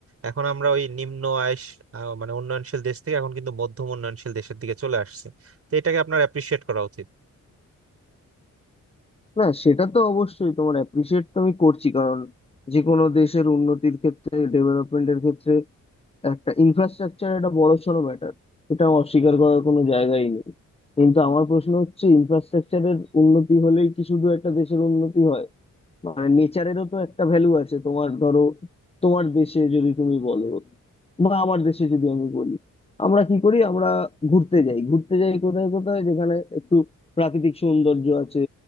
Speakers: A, on the right (about 45°); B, on the left (about 20°).
A: এখন আমরা ওই নিম্ন আয়েস আহ, মানে উন্নয়নশীল দেশ থেকে এখন কিন্তু মধ্যম উন্নয়নশীল দেশের দিকে চলে আসছে তো এটাকে আপনার অ্যাপ্রিসিয়েট করা উচিত
B: না সেটা তো অবশ্যই তোমার অ্যাপ্রিসিয়েট তো আমি করছি কারণ যে কোনো দেশের উন্নতির ক্ষেত্রে ডেভেলপমেন্টের ক্ষেত্রে একটা ইনফ্রাস্ট্রাকচার একটা বড়সড় ম্যাটার এটা অস্বীকার করার কোনো জায়গাই নেই কিন্তু আমার প্রশ্ন হচ্ছে ইনফ্রাস্ট্রাকচারের উন্নতি হলেই কি শুধু একটা দেশের উন্নতি হয় মানে নেচারেরও তো একটা ভ্যালু আছে তোমার ধরো তোমার দেশে যদি তুমি বলো বা আমার দেশে যদি আমি বলি আমরা কি করি আমরা ঘুরতে যাই ঘুরতে যাই কোথায় কোথায় যেখানে একটু প্রাকৃতিক সৌন্দর্য আছে